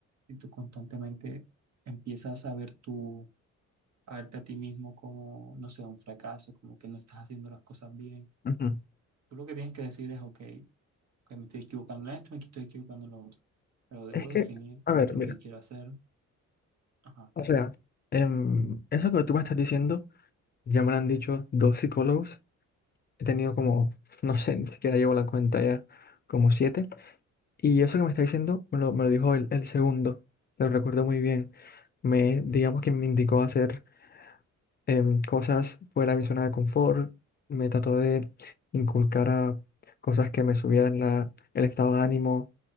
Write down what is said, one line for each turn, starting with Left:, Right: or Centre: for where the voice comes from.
Right: si tú constantemente empiezas a ver tu, a verte a ti mismo como, no sé, un fracaso, como que no estás haciendo las cosas bien,
Left: Ujú.
Right: tú lo que tienes que decir es, ok, ok, me estoy equivocando en esto, me estoy equivocando en lo otro. Pero debo
Left: Es que,
Right: definir
Left: a ver,
Right: lo
Left: mira,
Right: que quiero hacer. Ajá.
Left: o sea, em, eso que tú me estás diciendo, ya me lo han dicho dos psicólogos, he tenido como, no sé, ni siquiera llevo la cuenta ya, como siete, y eso que me está diciendo me lo, me lo dijo el, el segundo, lo recuerdo muy bien, me, digamos que me indicó hacer em, cosas fuera de mi zona de confort, me trató de inculcar a cosas que me subieran la, el estado de ánimo